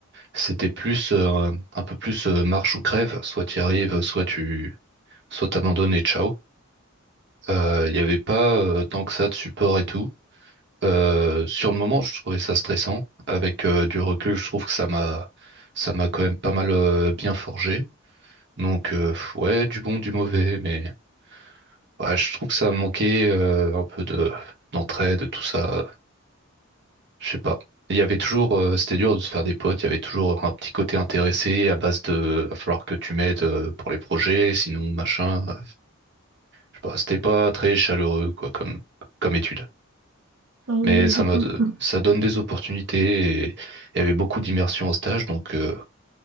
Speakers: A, on the right (about 55°); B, on the right (about 80°).
A: C'était plus euh, un peu plus euh, marche ou crève. Soit tu y arrives, soit tu soit t'abandonnes et ciao. Euh, Il y avait pas euh, tant que ça de support et tout. Euh, sur le moment, je trouvais ça stressant. Avec euh, du recul, je trouve que ça m'a ça m'a quand même pas mal euh, bien forgé. Donc euh, ouais, du bon, du mauvais, mais ouais, je trouve que ça manquait euh, un peu de d'entraide, tout ça. Je sais pas. Il y avait toujours, euh, c'était dur de se faire des potes. Il y avait toujours un petit côté intéressé à base de, va falloir que tu m'aides euh, pour les projets, sinon machin. Euh, Je sais pas, c'était pas très chaleureux quoi comme comme étude.
B: Oui,
A: Mais ça
B: je
A: m'a,
B: comprends.
A: ça donne des opportunités et il y avait beaucoup d'immersion au stage. Donc, euh,